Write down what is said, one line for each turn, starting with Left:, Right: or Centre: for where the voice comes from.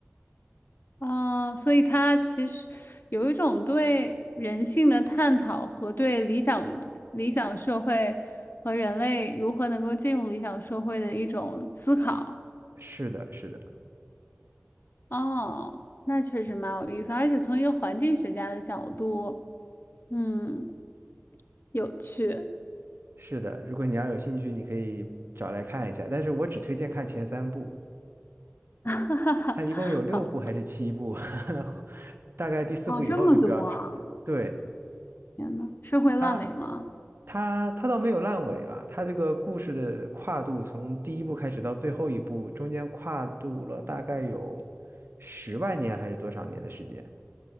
Left: 啊，所以他其实有一种对人性的探讨和对理想理想社会和人类如何能够进入理想社会的一种思考。
Right: 是的，是的，
Left: 哦，那确实蛮有意思，而且从一个环境学家的角度，嗯，有趣。
Right: 是的。如果你要有兴趣，你可以找来看一下。但是我只推荐看前三部，
Left: <laughs>
Right: 它一共有六部还是七部，
Left: 好，
Right: <laughs> 大概第四部以后就不要看了。
Left: 哦，这么多啊
Right: 对。
Left: 天呐，社会烂尾吗？
Right: 它它它倒没有烂尾了，它这个故事的跨度从第一部开始到最后一部，中间跨度了大概有十万年还是多少年的时间。